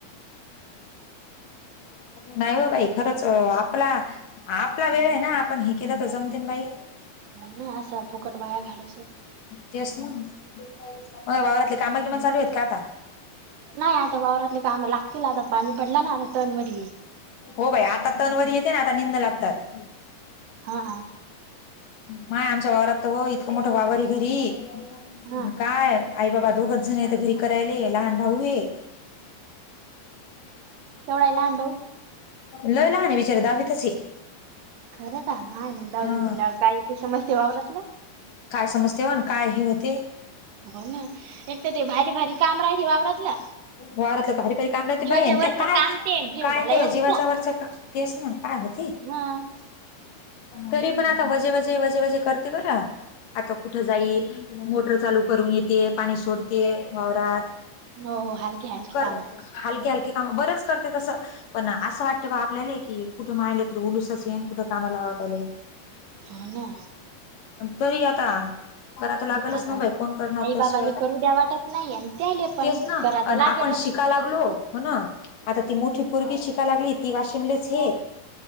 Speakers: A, on the left; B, on the right.
A: नाही बा बाई खरंच आपला आपला वेळ आहे ना आपण हे केला तर जमतेन बाई
B: हो ना असं फुकट वाया घालूच
A: तेच ना मग वावरातले कामा किमा चालू आहेत का आता
B: नाही आता वावरातले काम लागतील आता पाणी पडला ना आता तणवर
A: हो बाई आता तणवर येते ना आता निंद लागतात
B: हा.
A: माय आमच्या वावरात इतकं मोठ वावरारी घरी
B: हा
A: काय. आई बाबा दोघच झाजण तर घरी करायले लहान भाऊ हे.
B: तेवढा आहे लहान भाऊ
A: लो ला आणि बिचारे दावी तसे.
B: खरं का माय दवीत
A: हा
B: म्हटलं कायथे समस्या वावररात ना.
A: काय समजते वण काय हे होते.
B: हो ना एक तर ते भारी भारी काम राहते वावरातलं
A: वारतलं भारी पारी काम रा
B: जीवाच्या
A: बाई
B: वरचं
A: त्या. काय
B: काम ते जीव
A: काय
B: झाला
A: तेव्हा
B: एवढूसा
A: जीवाच्या वरच का तेस ना काय होती.
B: हं.
A: तरी पण आता वजे वजे वजे वजे करते बरं आता कुठं जाईल. मोटर चालू करून येते पाणी सोडते वावरात.
B: हो हो हलकी हलकी
A: कर
B: काम
A: हलके हलके काम बरेच करते तसं. पण असं वाटत बा आपल्याला की कुठं महिले तर उलुसच येन कुठं कामा लावत आले.
B: हो ना.
A: तरी आता. कराय तर लागलच
B: आता
A: ना बाई कोन करणार
B: आई
A: त्याशिवाय
B: बाबाले
A: आता
B: करू द्या वाटत नाही आणि त्याले पण
A: तेच ना
B: करा तर
A: आणि
B: लागेलच
A: आपण शिक. शिका लागलो हो ना आता ती मोठी पोरगी शिकाय लागली ती वाशिमलेच हे